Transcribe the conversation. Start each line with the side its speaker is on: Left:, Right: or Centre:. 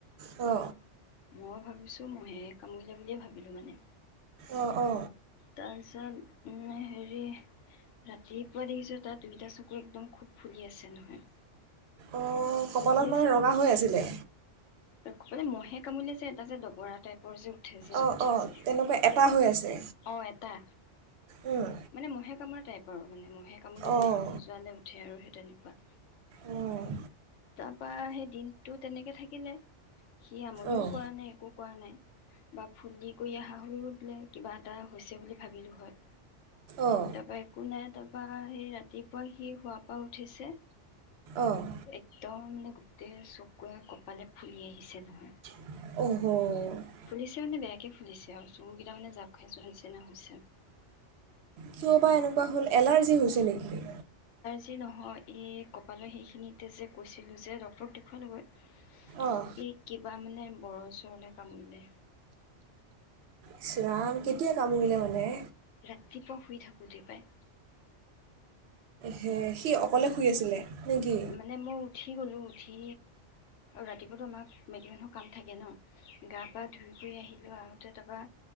Right: অ
Left: মই ভাবিছোঁ মহে কামুৰিলে বুলিয়ে ভাবিলোঁ মানে
Right: অ অ
Left: তাৰপিছত হেৰি ৰাতিপুৱা দেখিছোঁ তাত দুইটা চকু একদম খুব ফুলি আছে নহয়
Right: অঁ কপালত
Left: ফুলি
Right: মানে
Left: আছে
Right: ৰঙা হৈ আছিলে
Left: <unintelligible> মহে কামুৰিলে ছাগে তাৰছত ডবৰা টাইপ ওপৰ যে উঠে যে
Right: অঁ অঁ
Left: সেত
Right: তেনেকুৱা এটা হৈ আছে
Left: অ এটা
Right: উম,
Left: মানে মহে কামোৰা টাইপ অ মানে মহে হে কামোৰিলে
Right: অঁ
Left: যেনেকে খজুৱালে উঠে আৰু সেই তেনেকে কোৱা
Right: উম
Left: তাৰ পা সেই দিনটো তেনেকে থাকিলে। সি আমনিও
Right: অঁ
Left: কৰা নাই, একো কৰা নাই। বা ফুলি কৰি আহা হ'লেও বোলে কিবা এটা হৈছে বুলি ভাবিলো হয়।
Right: অঁ
Left: তাৰপা একো নাই তা পা সেই ৰাতিপুৱা সি শুৱা পা উঠিছে
Right: অঁ
Left: একদম মানে গোটেই চকুৱে কপালে ফুলি আহিছে নহয়।
Right: ওহোঁ
Left: ফুলিছে মানে বেয়াকে ফুলিছে আৰু চো কেইটা মানে জাপ খাই যোৱাৰ নিচিনা হৈছে।
Right: কিয় বা এনেকুৱা হ'ল। এলাৰ্জি হৈ এনেকে
Left: যি নহয় এই কপালৰ সেইখিনিতে যে কৈছিলোঁ যে ডক্টৰক দেখুৱালগৈ।
Right: অহ
Left: এই কিবা মানে বৰল-চৰলে কামুৰিলে।
Right: ইছ ৰাম! কেতিয়া কামুৰিলে মানে।
Left: ৰাতিপুৱা শুই থাকোঁতে পাই।
Right: ধেই, সি অকলে শুই আছিলে? নেকি
Left: মানে মই উঠি গ'লোঁ। উঠি, ৰাতিপুৱাতো আমাক মাইকী মানুহৰ কাম থাকে ন। গা পা ধুই কৰি আহিলোঁ, আহোঁতে তাৰপৰা